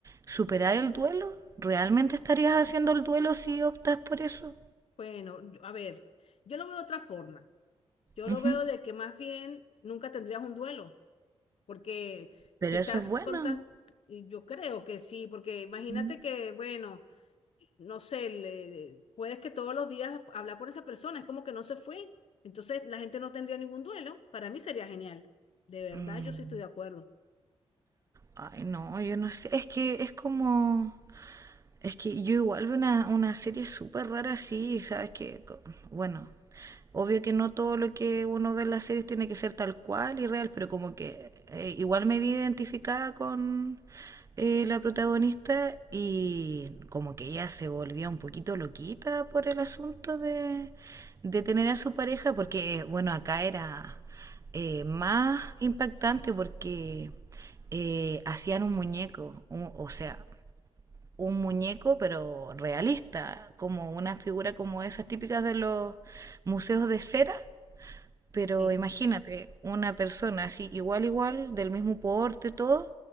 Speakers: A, on the right (about 30°); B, on the left (about 65°).
A: superar el duelo. ¿Realmente estarías haciendo el duelo si optas por eso?
B: bueno, yo- a ver, yo lo veo de otra forma. Yo
A: Ujú.
B: lo veo de que más bien nunca tendrías un duelo. Porque si
A: Pero
B: estás
A: eso es bueno.
B: contando, yo creo que sí, porque imagínate
A: Ujú.
B: que, bueno, no sé, le- puedes que todos los días hablar con esa persona, es como que no se fue. Entonces la gente no tendría ningún duelo. Para mí sería genial. De verdad,
A: Mm.
B: yo sí estoy de acuerdo.
A: Ay, no, yo no sé. Es que es como. Es que yo igual veo una, una serie súper rara así, ¿sabes? Que, co- bueno, Obvio que no todo lo que uno ve en las series tiene que ser tal cual y real, pero como que eh, igual me vi identificada con eh, la protagonista y como que ella se volvía un poquito loquita por el asunto de, de tener a su pareja, porque bueno, acá era eh, más impactante porque eh, hacían un muñeco, un- o sea, un muñeco, pero realista, como una figura como esas típicas de los museos de cera. Pero
B: Sí.
A: imagínate, una persona así, igual, igual, del mismo porte, todo,